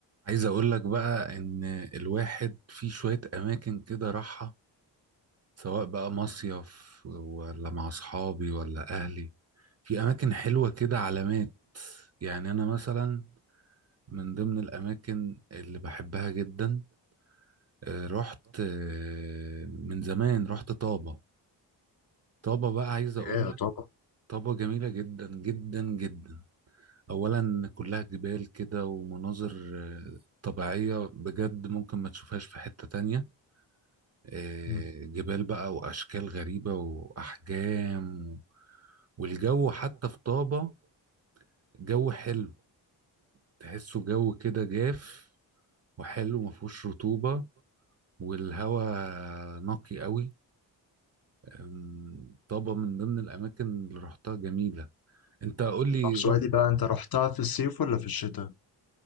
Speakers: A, on the right (about 35°); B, on the left (about 50°).
A: عايز اقول لك بقى ان الواحد في شوية اماكن كده راحة سواء بقى مصيف ولا مع اصحابي ولا اهلي في اماكن حلوة كده علامات يعني انا مثلا من ضمن الاماكن اللي بحبها جدا آه، رحت آه، من زمان رحت طابة طابة بقى عايز اقول
B: ياه
A: لك
B: طبعا
A: طابة جميلة جدا جدا جدا اولا كلها جبال كده ومناظر آه، طبيعية بجد ممكن ما تشوفهاش في حتة تانية آه،
B: مم.
A: جبال بقى وأشكال غريبة وأحجام والجو حتى في طابة جو حلو تحسه جو كده جاف وحلو مفهوش رطوبة والهواء نقي قوي أم، طابة من ضمن الأماكن اللي رحتها جميلة أنت قول لي
B: طب سؤالي
A: رحت
B: بقى انت رحتها في الصيف ولا في الشتاء؟